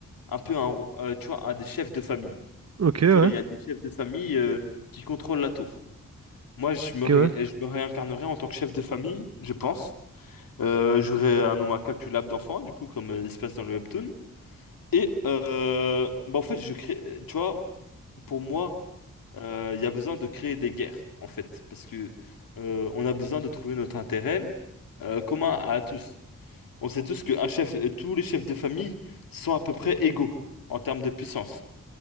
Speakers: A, on the left (about 80°); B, on the right (about 50°).
A: un peu un, ro- euh, tu vois, un des chefs de famille.
B: Ok, ouais,
A: Tu vois, il y a des chefs de famille euh, qui contrôlent la tour. Moi, je me,
B: ok,
A: ré-
B: ouais.
A: je me réincarnerais en tant que chef de famille, je pense. Euh, j'aurais un nombre incalculable d'enfants, du coup, comme euh, il se passe dans le webtoon. Et euh, bah, en fait, je crée, tu vois, pour moi, euh, il y a besoin de créer des guerres, en fait, parce que euh, on a besoin de trouver notre intérêt euh, commun à tous. On sait tous que un chef, tous les chefs de famille sont à peu près égaux en termes de puissance.